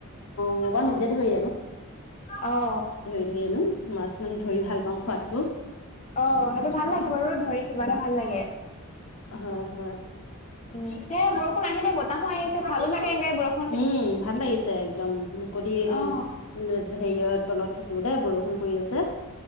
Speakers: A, on the left; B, on the left.
A: মই বাৰু
B: অ
A: নিজে ধৰি
B: অ
A: সেইয়েনো মাছ মানে ধৰি ভাল পাওঁ খোৱাতকো
B: অ সেইটো ভাল লাগে বাৰু ধৰি কিবাটা ভাল লাগে
A: হয় হয়
B: উম এয়া বৰষুণ আহিলে বতাহো আহিছে ভালো লাগে এনকে বৰষুণ
A: উম ভাল লাগিছে একদম মুকলি একদম
B: অ'।
A: হেৰিয়ত তলত থাকিব দে বৰষুণ পৰি আছে